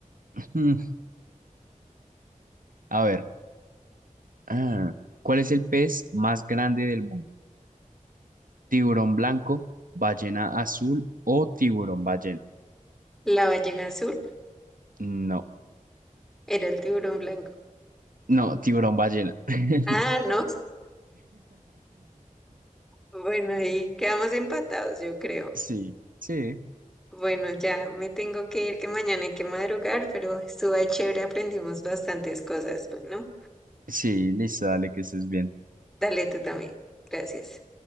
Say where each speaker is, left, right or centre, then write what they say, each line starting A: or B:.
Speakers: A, on the right; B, in the centre.
A: <laughs> Mm, A ver. ah, ¿Cuál es el pez más grande del mundo? ¿Tiburón blanco, ballena azul o tiburón ballena?
B: La ballena azul
A: No,
B: era el tiburón blanco.
A: no, tiburón ballena. <laughs>
B: Ah, no. Bueno, ahí quedamos empatados, yo creo.
A: Sí, sí,
B: Bueno, ya me tengo que ir, que mañana hay que madrugar, pero estuvo ahí chévere, aprendimos bastantes cosas. Bueno,
A: sí, listo, dale que estés bien.
B: dale tú también. Gracias.